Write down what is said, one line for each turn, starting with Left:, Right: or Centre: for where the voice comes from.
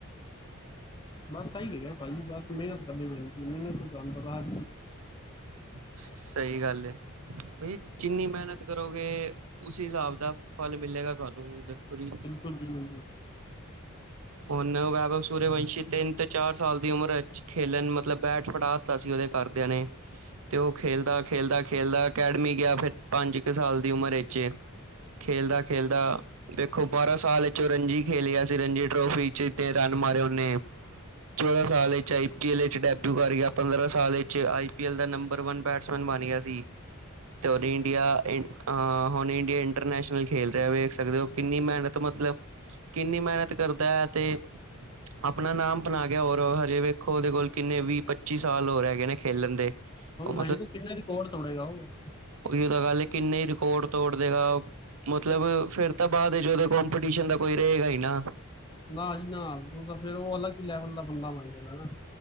Left: ਬਸ ਸਹੀ ਹੈਗਾ ਭਾਜੀ, ਬਸ ਮੇਹਨਤ ਕਰਨੀ ਪੈਂਦੀ, ਮੇਹਨਤ ਤੋ ਬਗੈਰ
Right: ਸਹੀ ਗੱਲ ਹੈ, ਬਈ ਜਿੰਨੀ ਮੇਹਨਤ ਕਰੋਗੇ ਉਸੀ ਹਿਸਾਬ ਦਾ ਫਲ ਮਿਲੇਗਾ ਤੁਹਾਨੂੰ, ਦੇਖੋ ਜੀ
Left: ਬਿਲਕੁਲ ਜੀ ਬਿਲਕੁਲ
Right: ਉਹਨੈ ਸੂਰਯਵੰਸ਼ੀ ਤਿੰਨ ਤੇ ਚਾਰ ਸਾਲ ਦੀ ਉਮਰ ਵਿੱਚ ਖੇਲੇਨ, ਮਤਲਬ ਬੈਟ ਫੜਾ ਤਾ ਸੀ ਉਹਦੇ ਘਰ ਦੇਆਂ ਨੇ, ਤੇ ਉਹ ਖੇਲਦਾ ਖੇਲਦਾ ਖੇਲਦਾ ਅਕੈਡਮੀ ਗਿਆ, ਫਿਰ ਪੰਜ ਕੁ ਸਾਲ ਦੀ ਉਮਰ ਵਿੱਚ, ਖੇਲਦਾ ਖੇਲਦਾ ਦੇਖੋ ਬਾਰਾਂ ਸਾਲ ਵਿੱਚੋਂ ਔ ਰਣਜੀ ਖੇਲ ਗਯਾ ਸੀ, ਰਣਜੀ ਟਰੋਫੀ ਚ, ਤੇ ਰਨ ਮਾਰੇ ਉਹਨੇ ਚੌਦਾਂ ਸਾਲ ਵਿੱਚ, ਏਹੀ ਲ ਵਿੱਚ ਡੈਬਿਊ ਕਰ ਗਿਆ, ਪੰਦਰਾਂ ਸਾਲ ਵਿੱਚ ਆਈ ਪੀ ਐਲ ਦਾ ਨੰਬਰ ਵਨ ਬੈਟਸਮੈਨ ਬਣ ਗਿਆ ਸੀ। ਤੇਰ ਹੋਰ ਇੰਡੀਆ ਅ ਹੁਣ ਇੰਡੀਆ ਇੰਟਰਨੈਸ਼ਨਲ ਖੇਲ ਰਿਹਾ, ਵੇਖ ਸਕਦੇ ਹੋ, ਕਿੰਨੀ ਮੇਹਨਤ ਮਤਲਬ, ਕਿੰਨੀ ਮੇਹਨਤ ਕਰਦਾ ਹੈ ਤੇ ਆਪਣਾ ਨਾਮ ਬਣਾ ਗਿਆ, ਹੋਰ ਹਜੇ ਵੇਖੋ ਉਹਦੇ ਕੋਲ ਕਿੰਨੇ ਵੀਹ ਪੱਚੀ ਸਾਲ ਹੋਰ ਹੈਗੇ ਨੇ, ਖੇਲਣ ਦੇ। ਉਹ
Left: ਹਾਜੀ ਤੂੰ ਕਿੰਨੇ ਰਿਕਾਰਡ ਤੋੜੇਗਾ ਉਹ
Right: ਉਹੀ ਉਹ ਤਾਂ ਗੱਲ ਹੈ, ਕਿੰਨੇ ਹੀ ਰਿਕਾਰਡ ਤੋੜ ਦੇਗਾ ਮਤਲਬ ਫਿਰ ਤਾਂ ਬਾਅਦ ਜਦੋਂ, ਕੋਂਪੀਟੀਸ਼ਨ ਦਾ ਕੋਈ ਰਹੇਗਾ ਹੀ ਨਾ
Left: ਨਾ ਜੀ ਨਾ ਉਹ ਤਾਂ ਫੇਰ ਉਹ ਅਲੱਗ ਹੀ ਲੈਵਲ ਦਾ ਬੰਦਾ ਬਣ ਜਾਗਾ ਨਾ।